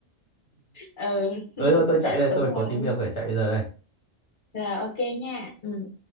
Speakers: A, on the left; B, on the left.
A: ừ
B: Ơi
A: <laughs>
B: thôi tôi chạy đây
A: đúng
B: tôi
A: rồi
B: có tí việc phải chạy bây giờ đây
A: rồi ok nha ừ